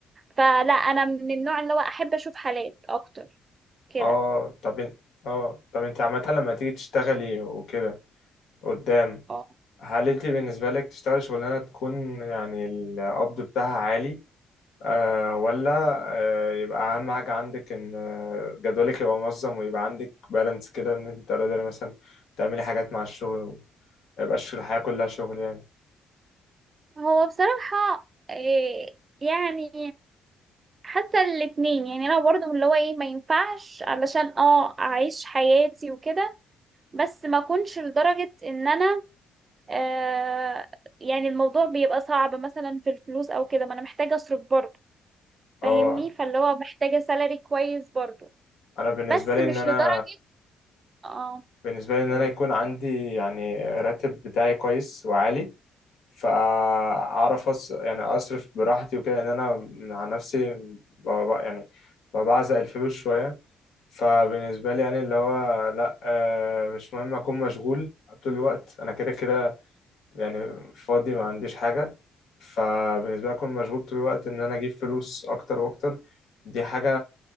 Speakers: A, on the right; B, on the left.
A: فلا انا من النوع اللي هو احب اشوف حالات اكتر كده
B: اه طب إن- اه طب انت عامه لما تيجي تشتغلي وكده قدام
A: اه
B: هل انت بالنسبه لك تشتغلي شغلانه تكون يعني القبض بتاعها عالي آه ولا آه يبقى اهم حاجه عندك ان آه، جدولك يبقى منظم ويبقى عندك بالانس كده ان انت تقدري مثلا تعملي حاجات مع الشغل وما يبقاش الحياه كلها شغل يعني
A: هو بصراحة إيه يعني حاسة الاتنين يعني انا برضه من اللي هو ايه ما ينفعش علشان اه اعيش حياتي وكده بس ما اكونش لدرجة ان انا آه يعني الموضوع بيبقى صعب مثلا في الفلوس او كده ما انا محتاجة اصرف برضه
B: اه
A: فاهمني فاللي هو محتاجة سالري كويس برضه
B: انا بالنسبه
A: بس
B: لي
A: مش
B: ان انا
A: لدرجة اه
B: بالنسبة لي إن
A: قول
B: أنا يكون عندي يعني راتب بتاعي كويس وعالي فأعرف أص... يعني أصرف براحتي وكده لأن أنا مع نفسي ب... ب- يعني بعزق الفلوس شوية فبالنسبة لي يعني اللي هو لأ آه، مش مهم أكون مشغول طول الوقت أنا كده كده يعني فاضي ما عنديش حاجة فبالنسبة لي أكون مشغول طول الوقت إن أنا أجيب فلوس أكتر وأكتر دي حاجة